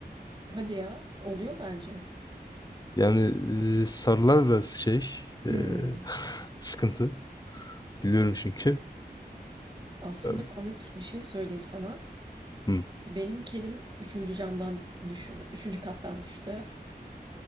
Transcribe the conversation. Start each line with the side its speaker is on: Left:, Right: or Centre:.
Right: Hadi ya oluyor bence.
Left: Yani e, sarılar biraz şey e,
Right: Hmm.
Left: <laughs> sıkıntı. Biliyorum çünkü.
Right: Aslında
Left: E,
Right: komik bir şey söyleyeyim sana.
Left: Hı.
Right: Benim kedim üçüncü camdan düştü. Üçüncü kattan düştü.